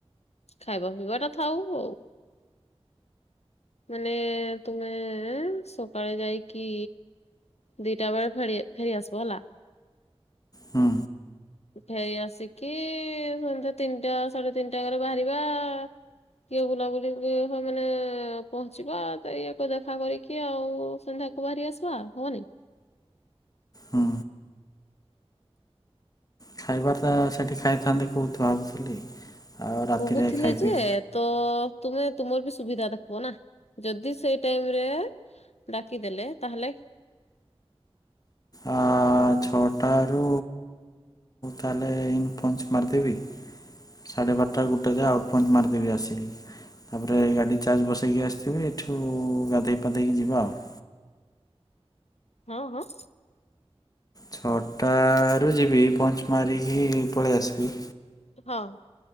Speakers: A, on the left; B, on the left.
A: ଖାଇବା ପିଇବା ଟା ଥାଉ। ଆଉ ମାନେ ତୁମେ ସକାଳେ ଯାଇକି ଦିଟା ବେଳେ ଫେରି ଫେରି ଆସିବ ହେଲା।
B: ହଁ।
A: ଫେରି ଆସିକି ସନ୍ ତିନିଟା ସାଢେ ତିନିଟା ଘରେ ବାହାରିବା କିଏ ବୁଲାବୁଲି ମାନେ ପହଞ୍ଚିବା ତ ଇଏକୁ ଦେଖା କରିକି ଆଉ। ସନ୍ଧ୍ୟାକୁ ବାହାରି ଆସିବା ହବ ନେଇ?
B: ହୁଁ ଖାଇବାର ତ ସେଠି ଖାଇଥାନ୍ତେ କୋଉଠୁ ଭାବୁଥିଲି ଆଉ ରାତିରେ
A: କହୁଥିଲେ
B: ଖାଇ
A: ଯେ
B: ପିଇ
A: ତ ତୁମେ ତୁମର ବି ସୁବିଧା ଦେଖବ ନା ଯଦି ସେଇ ଟାଇମରେ ଡାକିଦେଲେ ତାହେଲେ
B: ଆ ଛଅଟାରୁ ତାହେଲେ ଇନ୍ ପଞ୍ଚ୍ ମାରଦେବି। ସାଢ଼େ ବାରଟା ଗୋଟେ ଯାଏ ଆଉଟ୍ ପଞ୍ଚ୍ ମାରଦେବି ଆସିକି। ତାପରେ ଗାଡ଼ି ଚାର୍ଜ ବସେଇକି ଆସିଥିବି ଏଠୁ ଗାଧୋଇ ପାଧେଇକି ଯିବା ଆଉ।
A: ହଁ ହଁ।
B: ଛଅଟାରୁ ଯିବି ପଞ୍ଚ୍ ମାରିକି ପଳେଇ ଆସିବି।
A: ହଁ।